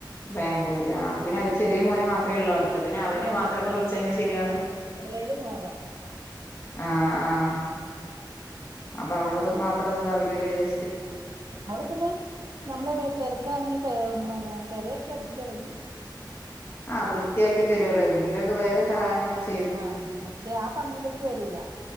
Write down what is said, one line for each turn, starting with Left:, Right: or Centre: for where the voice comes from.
Left: ബാംഗ്ലൂര് ആഹ് അപ്പപിന്നെ അവര് ചെറിയ മോനെ മാത്രേ യൊള്ളൂ അടുത്ത് പിന്നെ അവനെ
Right: മോള്
Left: മാത്രങ്ങള് വിളിച്ചാങ്ങനെ ശരിയാവണ്
Right: ആഹ് എളയത് മോള്.
Left: ആഹ് ആഹ് അപ്പ അവള്
Right: പത്താം
Left: മാത്രം
Right: ക്ലാസ്.
Left: ഇതാവില്ലെല്ലൊ വി
Right: അവള് പിന്നെ നമ്മള് തെരക്കാണെങ്കി പേ മന പെര്യെക്കെ അടിച്ചളയും
Left: ആഹ് വൃത്തിയാക്കി തരോല്ലൊ എന്തെങ്കിലൊക്കെ വേറെ സഹായങ്ങളൊക്കെ ചേ
Right: ആ മറ്റേ ആ പണയിലേക്ക് വരൂല